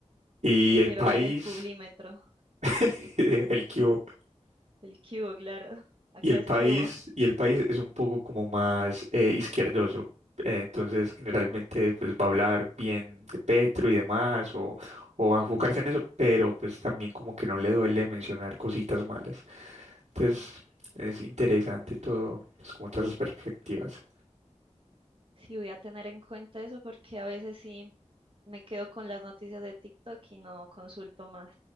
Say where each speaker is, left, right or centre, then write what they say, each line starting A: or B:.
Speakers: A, on the right; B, on the right.
A: y
B: Prefiero
A: el país,
B: ver el Publímetro,
A: <laughs> el que hubo,
B: el cubo, claro. <laughs> Acá
A: y el
B: es
A: país,
B: cubo,
A: y el país es un poco como más eh, izquierdoso. eh, entonces, generalmente, pues va a hablar bien de Petro y demás, o, o
B: claro.
A: va a enfocarse en eso, pero pues también como que no le duele mencionar cositas malas. Entonces, es interesante todo, pues como todas las perspectivas.
B: Sí, voy a tener en cuenta eso porque a veces sí me quedo con las noticias de TikTok y no consulto más.